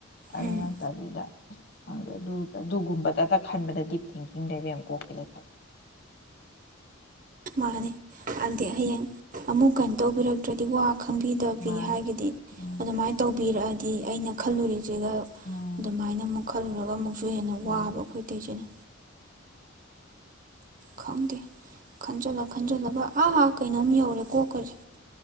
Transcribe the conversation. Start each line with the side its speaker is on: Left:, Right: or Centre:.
Left: ꯑꯗꯨ
Right: ꯎꯝ
Left: ꯇꯕꯤꯗꯥ ꯪꯗ ꯑꯗꯨꯒꯨꯝꯕꯇꯇ ꯈꯟꯕꯗ ꯗꯤꯞ ꯊꯤꯡꯀꯤꯡꯅꯦꯕ ꯌꯥꯝ ꯀꯣꯛꯀꯂ ꯈꯦ
Right: ꯃꯥꯅꯦ ꯑꯗꯤ ꯍꯌꯦꯡ ꯑꯃꯨꯛ ꯀꯩꯅꯣ ꯇꯧꯕꯤꯔꯛꯇ꯭ꯔꯗꯤ ꯋꯥ ꯈꯪꯕꯤꯗꯕꯤ
Left: ꯃꯥꯅꯤ
Right: ꯍꯥꯏꯒꯗꯤ
Left: ꯎꯝ
Right: ꯑꯗꯨꯃꯥꯏꯅ ꯇꯧꯕꯤꯔꯛꯑꯗꯤ ꯗꯤ ꯑꯩꯅ ꯈꯜꯂꯨꯔꯤꯁꯦ ꯁꯤꯒ
Left: ꯎꯝ
Right: ꯑꯗꯨꯃꯥꯏꯅ ꯑꯃꯨꯛ ꯜꯂꯨꯔꯒ ꯑꯃꯨꯛ ꯁꯨ ꯍꯦꯟꯅ
Left: ꯎꯝ
Right: ꯋꯥꯕ ꯑꯩꯈꯣꯏ ꯑꯇꯩꯁꯤꯅ ꯈꯪꯗꯦ ꯈꯟꯖꯂ ꯈꯟꯖꯜꯂꯕ ꯑꯥ ꯑꯥ ꯀꯩꯅꯣꯝ ꯌꯧꯔꯦ ꯀꯣꯛꯈꯁꯦ